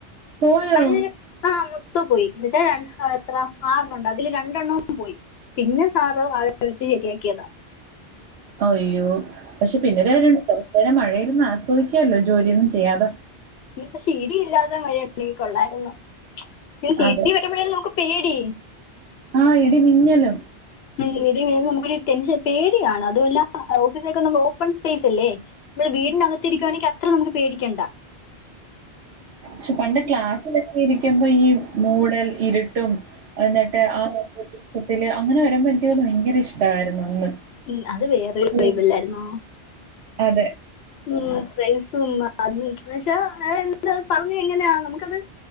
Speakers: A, on the right; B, on the left.
A: പോയോ
B: നല്ല ആ മൊത്തം പോയി ന്ന്ച്ചാ രണ്ട് ആ എത്ര ആറണ്ണം ഒണ്ട് അതില് രണ്ടണ്ണോം പോയി. പിന്നെ സാറ് ആളെ വിളിച്ചു ശരിയാക്കിയതാ.
A: അയ്യോ പക്ഷേ പിന്നൊരു കാര്യ ഒണ്ട് ചെല മഴയിരുന്ന് ആസ്വദി ക്കാലോ ജോലിയൊന്നും ചെയ്യാതെ
B: ഇ പക്ഷേ ഇടി ഇല്ലാത മഴ ഉണ്ടെങ്കി കൊള്ളാര്ന്ന്. ഈ
A: അതെ
B: ഇടി വെട്ടുമ്പോഴല്ലേ നമുക്ക് പേടി
A: ആഹ് ഇടി മിന്നലും
B: ഉം ഇടി മുഴങ്ങുമ്പോ നമുക്കൊരു ടെൻഷൻ പേടിയാണ് അതുമല്ല ആ ഓഫീലൊക്കെ ഓപ്പൺ സ്പേസ് അല്ലേ? നമ്മൾ വീടിനകത്തിരിക്കുവാണെങ്കി അ ത്ര നമുക്ക് പേടിക്കേണ്ട
A: ശ്ശു പണ്ട് ക്ലാസില് ഇരിക്കമ്പോ ഈ മൂടൽ ഇരു കം എന്നിട്ട് ആ <unintelligible> ട്ടത്തില് അങ്ങനെ വരമ്പൊ എനിക്കത് ഭയങ്കര ഇഷ്ടായിരുന്നു അന്ന്
B: ഉം അത് വേറൊരു
A: സ്കൂ
B: വൈബല്ലരുന്നോ
A: അതെ.
B: ഉം ഫ്രെണ്ട്സും അ അതിന് അന്ന്ച്ചാ അവര് എന്ത് അത് പറഞ്ഞ് എങ്ങനെയാ നമുക്കത്